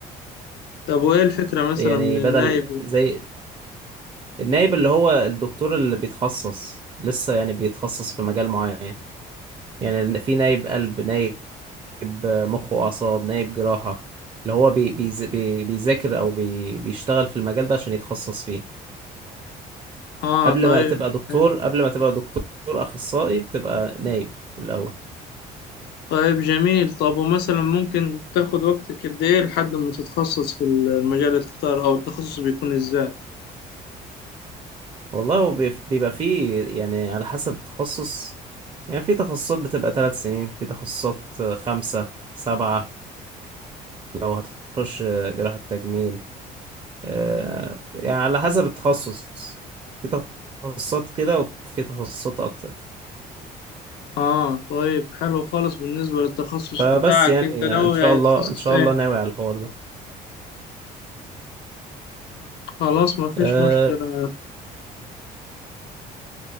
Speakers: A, on the left; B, on the right.
A: طب وايه الفكرة مثلا
B: يعني
A: من
B: بدل
A: النايب
B: زي النايب اللي هو الدكتور اللي بيتخصص لسه يعني بيتخصص في مجال معين يعني في نايب قلب نايب مخ وأعصاب نايب جراحة اللي هو بي بيز- بي بيذاكر أو بي بيشتغل في المجال ده عشان يتخصص فيه
A: اه
B: قبل
A: طيب
B: ما تبقى دكتور
A: حلو
B: قبل ما تبقى دكتور أخصائي بتبقى نايب الأول
A: طيب جميل طب ومثلا ممكن تاخد وقتك قد ايه لحد ما تتخصص في المجال اللي تختاره او التخصص بيكون ازاي
B: والله هو بيف- بيبقى فيه يعني على حسب التخصص يعني في تخصصات بتبقى ثلاث سنين في تخصصات خمسة سبعة لو هتخش جراحة تجميل آه، يعني على حسب التخصص في تخصصات كده وفي تخصصات اكتر
A: اه طيب حلو خالص بالنسبة للتخصص
B: فبس
A: بتاعك
B: يعني
A: انت ناوي
B: ان شاء
A: يعني
B: الله
A: تخصص
B: ان شاء
A: ايه
B: الله ناوي على الحوار ده
A: خلاص ما فيش
B: أه
A: مشكلة